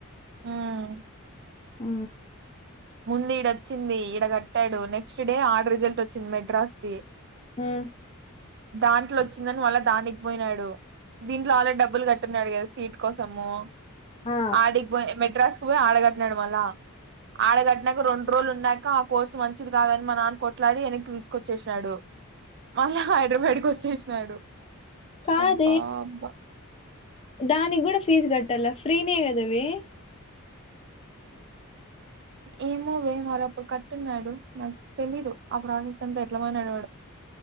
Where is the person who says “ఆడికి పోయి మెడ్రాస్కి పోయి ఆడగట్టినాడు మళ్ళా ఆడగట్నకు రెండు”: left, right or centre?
Right